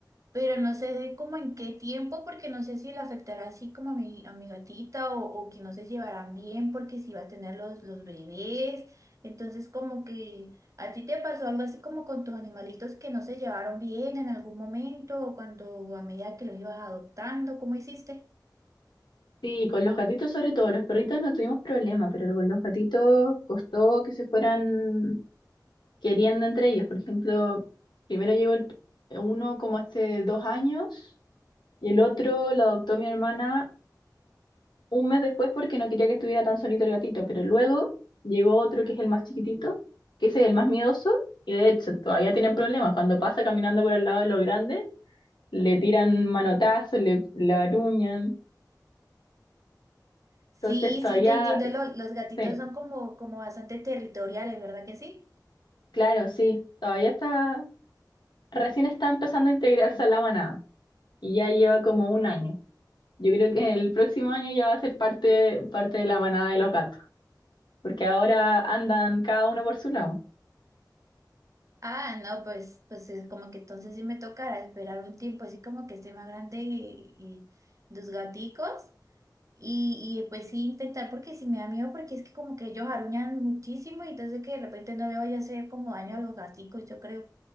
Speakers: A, on the right (about 45°); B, on the left (about 85°).
A: Pero no sé de cómo en qué tiempo, porque no sé si le afectará así como a mi, a mi gatita o, o que no se llevarán bien porque si va a tener los, los bebés. Entonces como que a ti te pasó algo así como con tus animalitos que no se llevaron bien en algún momento o cuando o a medida que los ibas adoptando, ¿cómo hiciste?
B: Sí, con los gatitos sobre todo, los perritos no tuvimos problema, pero con los gatitos costó que se fueran queriendo entre ellos. Por ejemplo, primero llegó el, uno como hace dos años y el otro lo adoptó mi hermana un mes después porque no quería que estuviera tan solito el gatito, pero luego llegó otro que es el más chiquitito, que ese es el más miedoso y de hecho todavía tienen problemas. Cuando pasa caminando por al lado de los grandes, le tiran manotazos, le, le aruñan.
A: Sí,
B: Entonces todavía...
A: sí, te entiendo, lo- los gatitos
B: Sí,
A: son como, como bastante territoriales, ¿verdad que sí?
B: Claro, sí, todavía está, recién está empezando a integrarse a la manada y ya lleva como un año. Yo creo que el próximo año ya va a ser parte, parte de la manada de los gatos, porque ahora andan cada uno por su lado.
A: Ah, no, pues, pues es como que entonces sí me tocará esperar un tiempo, así como que esté más grande y, y los gaticos. Y, y pues sí intentar, porque sí me da miedo, porque es que como que ellos aruñan muchísimo y entonces que de repente no le vaya a hacer como daño a los gaticos, yo creo.